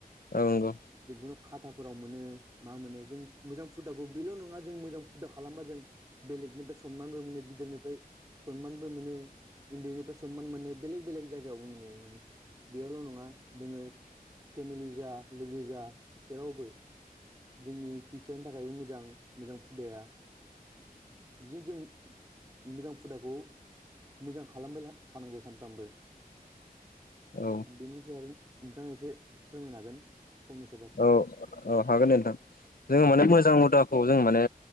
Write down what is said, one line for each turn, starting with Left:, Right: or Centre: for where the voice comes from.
Left: औ नंगौ
Right: बेखौनो खाथाफोराव मोनो मा मोनो। जों मोजां हुदाखौ बेल' नङा जों मोजां हुदा खालामबा जों बेलेगनिफ्राय सनमानबो मोनो गिदिरनिफ्राय सनमानबो मोनो। उन्दैनिफ्राय सनमान मोनो बेलेग बेलेग जायगायावबो मोनहयो। बेयावल' नङा जोङो फेमिलि जा, लोगो जा जेरावबो जोंनि फिउचारनि थाखायबो मोजां। मोजां हुदाया बिदिनो जों मोजां हुदाखौ मोजां खालामबाय थानांगौ सानफ्रामबो।
Left: औ
Right: बेनि सायाव नोंथाङा एसे फोरमायनो हागोन? फंनैसो बाथ्रा
Left: औ औ हागोन नोंथां। जोङो
Right: औ
Left: माने
Right: दे
Left: मोजां हुदा खौ माने